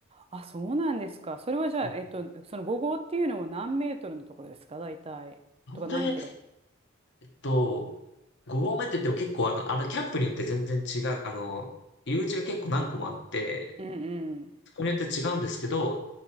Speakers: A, on the right; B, on the left.
A: あ、そうなんですか。それはじゃあ、
B: うん
A: えっと、その5号っていうのは何メートルのところですか、大体。
B: なんで、
A: とか何キロ。
B: えっと、5合目って言っても結構あの、あの、キャンプによって全然違う、あの、入り口が結構何個もあって、
A: うんうん。
B: そこによって違うんですけど、